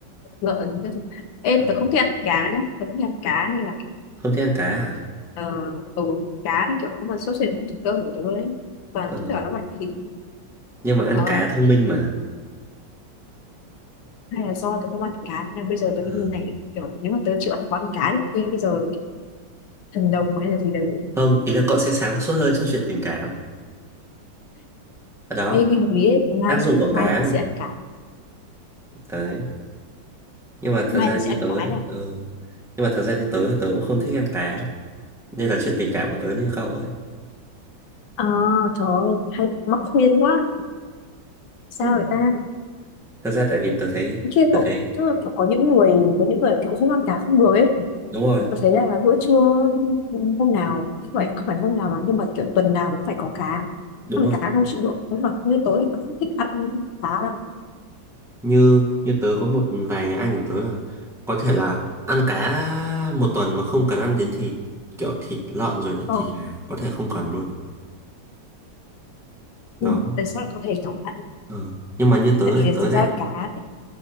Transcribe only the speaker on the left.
lợn các thứ. ê
tớ không thích ăn cá nhá tớ không thích ăn cá nên là
ờ, ừ, cá nó kiểu không là sốt sệt trong thực đơn của tớ đấy toàn
tất cả các loại thịt
ờ,
hay là do tớ không ăn cá nên bây giờ tớ
mới như này kiểu nếu mà tớ chịu ăn quán cá thì bây giờ thần đồng hay là gì đấy
thế nghe hợp lý ấy mai
mai ta
sẽ ăn cá
mai
ta
sẽ ăn
cá
nha
ờ trời ơi hay mắc khuyên quá sao
vậy ta
kia
kiểu
tức là kiểu có những người có những người kiểu không ăn cá không được ấy
tôi thấy là bữa trưa hôm nào không phải không phải hôm nào mà nhưng mà kiểu tuần nào cũng phải có cá
ăn
cá không chịu được nhưng mà như tối thì tôi không thích ăn cá lắm
ờ,
nhưng mà tại sao lại có thể kiểu ăn
tại
vì là
thực
ra là cá